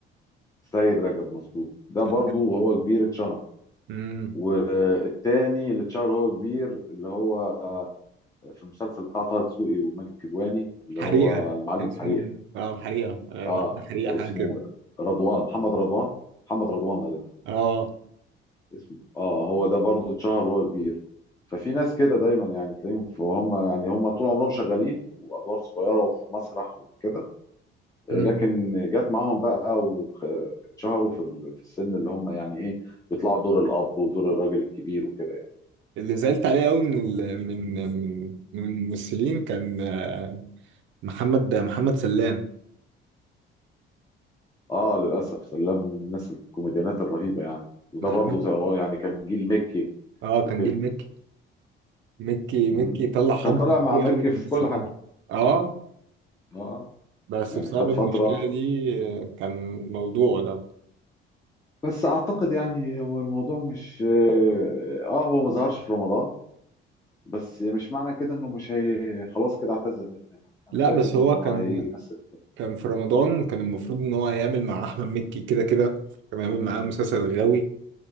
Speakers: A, on the left; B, on the right.
A: سيد رجب مظبوط ده
B: سيد
A: برضو
B: رجب
A: وهو كبير اتشهر
B: امم
A: والتاني اللي اتشهر وهو كبير اللي هو في المسلسل بتاع طه دسوقي وماجد كدواني اللي
B: حريقه
A: هو المعلم
B: اسمه
A: حريق
B: إيه؟ اه حريقه آه
A: اه
B: محمد حريقه
A: اسمه
B: حاجه كده
A: رضوان محمد رضوان محمد رضوان غالبا
B: اه
A: اسمه اه هو ده برضه اتشهر وهو كبير ففي ناس كده دايما يعني تلاقيهم فهم يعني هم طول عمرهم شغالين وادوار صغيره وفي مسرح وكده آه،
B: مم.
A: لكن جت معاهم بقى واتشهروا في ال- في السن اللي هم يعني ايه بيطلعوا دور الاب ودور الراجل الكبير وكده يعني
B: اللي زعلت عليه قوي من ال... من من من الممثلين كان آه، محمد محمد سلام
A: اه للاسف سلام من الناس الكوميديانات الرهيبه يعني وده
B: محمد
A: برضه ت- آه يعني كان جيل مكي
B: اه كان
A: وكده
B: جيل مكي مكي
A: مهم.
B: مكي طلع
A: وكان
B: حقد
A: طالع مع
B: كتير
A: مكي
B: قوي من الممثلين
A: في كل حاجه
B: اه
A: اه آه.
B: بس
A: يعني
B: بسبب
A: خد فترة
B: المشكلة دي آه، كان موضوع ده
A: بس أعتقد يعني هو الموضوع مش آه هو ما ظهرش في رمضان بس مش معنى كده إنه مش هي خلاص كده اعتزل يعني أنا
B: لا
A: شايف
B: بس
A: إنه
B: هو كان
A: هيمثل
B: كان في رمضان كان المفروض ان هو هيعمل مع احمد مكي كده كده كان هيعمل معاه مسلسل غاوي